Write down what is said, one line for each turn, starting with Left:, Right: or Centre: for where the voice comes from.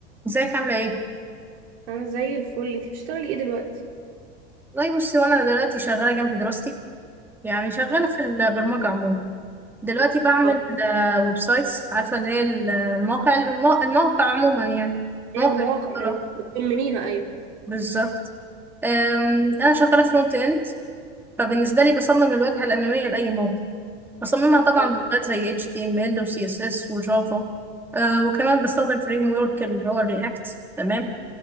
Centre: ازيك عاملة ايه؟
Right: انا زي الفل انتي بتشتغلي ايه دلوقتي
Centre: والله بصي وانا دلوقتي شغالة جنب دراستي يعني شغالة في البرمجة عموما دلوقتي بعمل
Right: اه
Centre: آه، ويب سايتس عارفة اللي هي ال- الموقع المو- الموقع عموما يعني
Right: ايوه
Centre: موقع
Right: المواقع
Centre: اختراع
Right: ايوه بتصمميها ايوه
Centre: بالظبط أم، أنا شغالة فرونت إند فبالنسبة لي بصمم الواجهة الأمامية لأي موقع بصممها طبعا
Right: آه.
Centre: بلغات زي HTML و CSS وجافا أه، وكمان بستخدم فريم ورك اللي هو الرياكت تمام